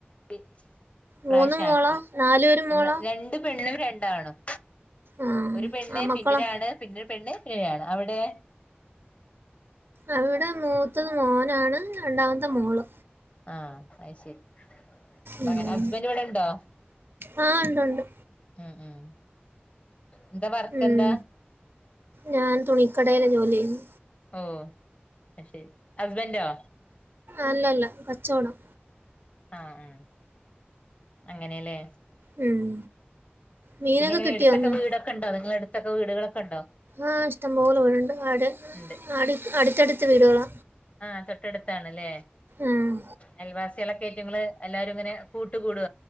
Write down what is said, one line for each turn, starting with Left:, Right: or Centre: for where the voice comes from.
Left: <unintelligible> പ്രാവശ്യാക്കി.
Right: മൂന്നും മോളോ നാലുപേരും മോളോ
Left: ഇന്ന് രണ്ട് പെണ്ണും രണ്ടാണും.
Right: ആ
Left: ഒരു പെണ്ണ്
Right: ആ മക്കളോ
Left: പിന്നൊരാണ് പിന്നൊരു പെണ്ണ് പിന്നൊരാണ് അവിടെ.
Right: അവിടെ മൂത്തത് മോനാണ് രണ്ടാമത്തെ മോള്.
Left: ആഹ്, അയ്ശെരി <unintelligible>
Right: ഉം.
Left: ഹസ്ബൻ്റ് വടെണ്ടോ?
Right: ആ ഉണ്ട് ഉണ്ട്
Left: ഉം, ഉം എന്താ വർക്ക്
Right: ഉം,
Left: എന്താ
Right: ഞാൻ തുണിക്കടയില ജോലി ചെയുന്നു.
Left: ഓഹ് അ ശെരി. ഹസ്ബന്റോ?
Right: അല്ലല്ല കച്ചോടം.
Left: ആഹ് ആഹ്, അങ്ങനെല്ലേ
Right: ഉം. മീനൊക്കെ
Left: പിന്നെ ങ്ങെനെ
Right: കിട്ടിയോ
Left: എട്ത്തൊക്കെ
Right: ഇന്ന്
Left: വീടൊക്കെണ്ടോ? നിങ്ങളെട്ത്തൊക്കെ വീട്‌കളൊക്കെണ്ടോ?
Right: ആഹ് ഇഷ്ടം പോലെ വീട്ണ്ട്. അടി
Left: ഉണ്ട്
Right: അട് അട്ത്തട്ത്ത് വീട്കളാ.
Left: ആഹ്, തൊട്ടട്ത്താണ്ല്ലേ.
Right: ആഹ്
Left: അയൽവാസ്യളക്കായിട്ട് ങ്ങള് എല്ലാരുങ്ങനെ കൂട്ട് കൂടോ?